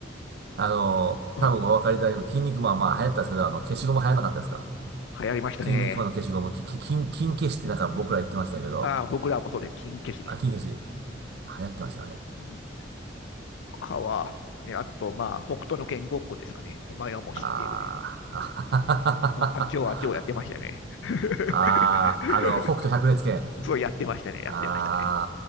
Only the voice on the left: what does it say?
うん
流行りましたね。
ああ、僕らもそれ、金消しでした。
うん他は、ね、あと、まあ、北斗の拳ごっこですかね。お前はもう死んでいるですよね。
うんあっちをあっちをやってましたよね。
<laughs>
そうやってましたね、やってましたね。